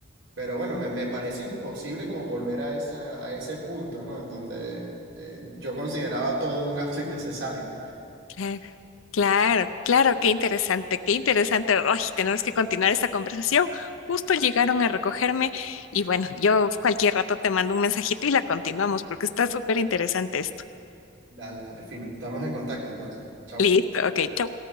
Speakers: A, on the right; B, on the left.
A: Pero bueno, me, me parece imposible como volver a, esa, a ese punto, ¿no? En donde eh, yo consideraba todo un gasto <laughs> innecesario.
B: Claro, claro, claro, qué interesante, qué interesante. Ay, tenemos que continuar esta conversación. Justo llegaron a recogerme y bueno, yo cualquier rato te mando un mensajito y la continuamos porque está súper interesante esto.
A: Dale, dale, fino. Estamos en contacto entonces. Chao.
B: Listo, ok, chau.